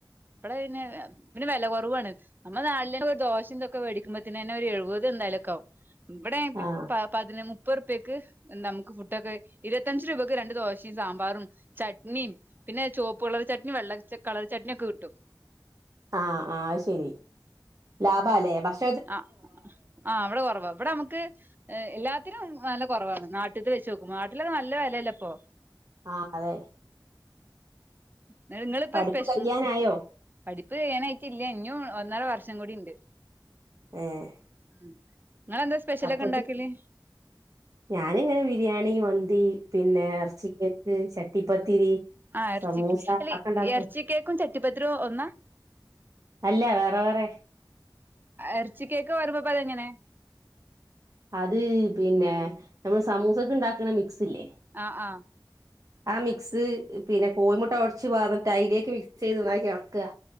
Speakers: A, on the right (about 25°); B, on the right (about 50°).
A: ഐന് പിന്നെ വെല കൊറവാണ് നമ്മളെ നാട്ടിലന്നെ ഒരു ദോശ ഇതൊക്കെ വേടിക്കുമ്പോത്തനന്നെ ഒരു എഴുപത് എന്തായാലും ഒക്കെ ആവും ഇവടെ
B: ആഹ്
A: പാ പതിന് മുപ്പത് ഉറുപ്പ്യക്ക് നമുക്ക് ഫുഡൊക്കെ ഇരുപത്തഞ്ച് രൂപക്ക് രണ്ട് ദോശിം സാമ്പാറും ചട്നിം പിന്നെ ചോപ്പ് കളറ് ചട്നിം വെള്ള കളർ ചട്നി ഒക്കെ കിട്ടും
B: ആഹ് ആ ശരി ലാഭാലെ ഭക്ഷ
A: അഹ് ആഹ് ഇവടെ കൊറവാ ഇപടെ നമ്മക്ക് എല്ലാത്തിനും നല്ല കുറവാണ് നാട്ടിത്തെ വെച്ച് നോക്കുമ്പോ നാട്ടിലൊക്കെ നല്ല വെലല്ലേ ഇപ്പൊ
B: ആഹ് അതെ
A: നിട്ട് നിങ്ങള്പ്പോ
B: പഠിപ്പ്
A: സ്പെഷ്
B: കഴിയാനായോ
A: ഉം പഠിപ്പ് കയ്യാനായിട്ടില്ല്യ ഇഞ്ഞും ഒന്നര വർഷം കൂടി ഇണ്ട്
B: ഏഹ്
A: ഉം ഇങ്ങളെന്താ സ്പെഷ്യല്
B: അപ്പത്
A: ഒക്കെ ഇണ്ടാക്കല്
B: ഞാനിങ്ങനെ ബിരിയാണി മന്തി പിന്നെ എറച്ചി ചിക്കൻക്ക് ച ട്ടിപ്പത്തിരി
A: ആ എറച്ചി
B: സമൂസ
A: അല്ല
B: അതൊക്കെ ഇണ്ടാക്കും
A: എറച്ചി കേക്കും ചട്ടിപ്പത്തിരിയും ഒന്നാ
B: അല്ല വേറെ വേറെ
A: ഇറച്ചിക്കേക്ക് പറയുമ്പോ പ്പ അതെങ്ങനെ
B: അത് പിന്നെ നമ്മൾ സമൂസക്ക്ണ്ടാക്കണ മിക്സ് ല്ലേ
A: അഹ് ആഹ്
B: ആ മിക്സ് പിന്നെ കോഴിമുട്ട ഒടച്ച് പാർന്നിട്ട് അതിലേക്ക് മിക്സ് ചെയ്ത് ഒന്നായിറ്റ് ഇളക്കുക